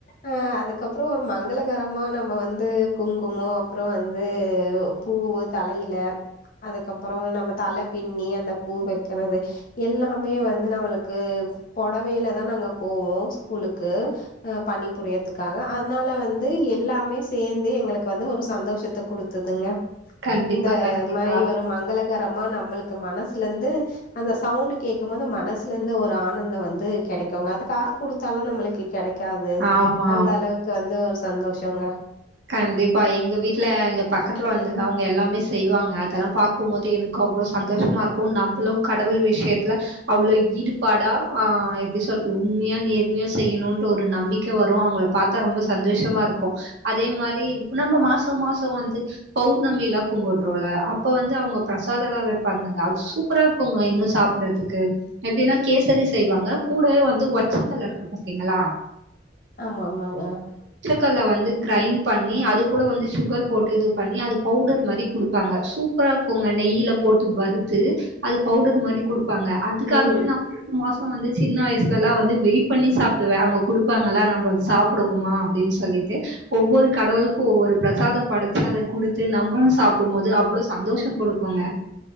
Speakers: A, on the left (about 50°); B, on the right (about 70°).
A: அ அதுக் க்கப்றோ ஒரு மங்களகரமா நம்ம வந்து குங்குமோ அப்புறோ வந்து பூவு தலைல அதுக்கப்பறோ நம்ம தலை பின்னி அந்த பூ வெக்கிறது எல்லாமே வந்து நம்மளுக்கு அது புடவைல தா நாங்க போவோ ஸ்கூலுக்கு பணிபுரியறதுக்காக அதனால வந்து எல்லாமே சேந்தே எங்களுக்கு வந்து ஒரு சந்தோஷத்த குடுத்ததுங்க
B: கண்டிப்பா,
A: இந்த
B: கண்டிப்பா.
A: மாய் வரும் மங்களர கறமா நம்மளுக்கு மனசுல இருந்து அந்த சவுண்ட் கேட்க போது மனசுல இருந்து ஒரு ஆனந்தம் வந்து கிடைக்குங்க அது காசு குடுத்தாலு நம்மளுக்கு கிடைக் காது
B: ஆமா.
A: அந்த அளவுக்கு வந்து ஒரு சந்தோஷங்க
B: கண்டிப்பா எங்க வீட்டுல எங்க பக்கத்துல வந்த அவுங்க எல்லாமே செய்வாங்க அதெல்லா பாக்கும்போது எனக்கு அவ்ளோ சந்தோஷமா இருக்கு நம்பளு கடவுள் விஷயத்துல அவ்ளோ ஈடுபாடா ஆ எப்டி சொல் உண்மையா நேர்மையா செய்யணுன்ற ஒரு நம்பிக்கை வரு அவுங்கள பாத்தா ரொம்ப சந்தோஷமா இருக்கு அதே மாரி நம்ம மாசோ மாசோ வந்து பௌர்ணமி எல்லா கும்புடுறோல அப்ப வந்து அவுங்க பிர் சாதன்னல வைப்பாங்க அது சூப்பரா இருக்குங்க இன்னு சாப்டறதுக்கு எப்படின்னா கேசரி செய்வாங்க கூட் கே வந்து ஒன்சிக்னல இருந்துபாத்தீங்களா
A: ஆமா ஆமா. ஆமாங்க
B: கல்ல வந்து கிரைண்ட் பண்ணி அது கூட வந்து சுகர் போட்டு இது பண்ணி அது பவுடர் மாரி குடுப்பாங்க சூப்பரா இருக்கும்ங்க இன் நெய்ல போட்டு வறுத்து அது பவுடர் மாரி குடுப்பாங்க அதுக்காகவே
A: ம்
B: நா இரண்டு மாசோ வந்து சின்ன வயசுல்லா வந்து வெயிட் பண்ணி சாப்டுவே அவுங்க குடுப்பாங்களா நம்ம வந்து சாப்புடுவோமா அப்படின்னு சொல்லிவிட்டு ஒவ்வொரு கடவுள் ஒவ்வொரு பிரசாதசம் படைச்சு அத குடுத்து நம்மளு சாப்டும் போது அவ்வளவு சந்தோஷோ கொடுக்குங்